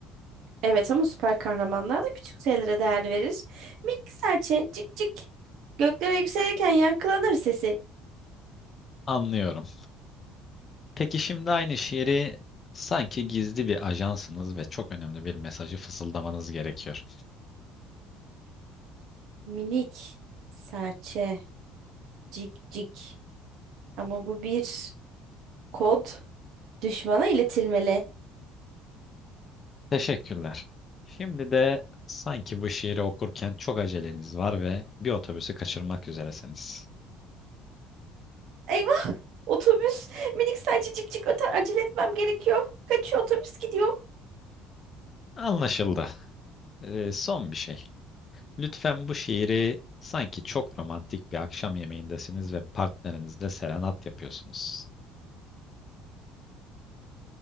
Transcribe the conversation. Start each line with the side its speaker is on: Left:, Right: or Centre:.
Right: Evet ama süper kahramanlar da küçük şeylere değer verir. Minik serçe cik cik. Göklere yükselirken yankılanır sesi.
Left: Anlıyorum. Peki şimdi aynı şiiri sanki gizli bir ajansınız ve çok önemli bir mesajı fısıldamanız gerekiyor.
Right: Minik serçe cik cik. Ama bu bir kod. Düşmana iletilmeli.
Left: Teşekkürler. Şimdi de sanki bu şiiri okurken çok aceleniz var ve bir otobüsü kaçırmak üzeresiniz.
Right: Eyvah! Otobüs. Minik serçe cik cik öter. Acele etmem gerekiyor. Kaçıyor otobüs gidiyor.
Left: Anlaşıldı. Ee, son bir şey. Lütfen bu şiiri sanki çok romantik bir akşam yemeğindesiniz ve partnerinizle serenat yapıyorsunuz.